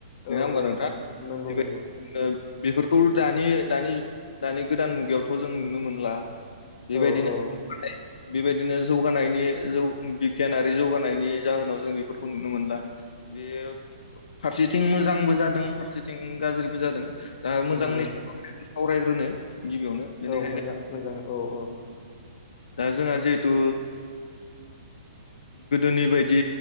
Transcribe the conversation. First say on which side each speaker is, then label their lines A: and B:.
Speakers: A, on the left; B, on the left.
A: नङा
B: औ
A: होमबा
B: औ
A: नोंथाङा
B: नंगौ नंगौ
A: बेफोरखौ दानि दानि दानि गोदान मुगायावथ' जों नुनो मोनला बेबायदिनो
B: औ औ
A: बेबायदिनो जौगानायनि जौ गियानारि जौगानायनि जाहोनाव जों बेफोरखौ नुनो मोनला बेयो फारसेथिं मोजांबो जादों फारसेथिं गाज्रिबो जादों दा मोजांनि
B: नंगौ
A: सावरायग्रोनो
B: नंगौ
A: गिबियावनो बेनिखायनो
B: औ मोजां मोजां औ औ
A: दा जोंहा जिहेथु
B: <inaudible>
A: गोदोनि बायदि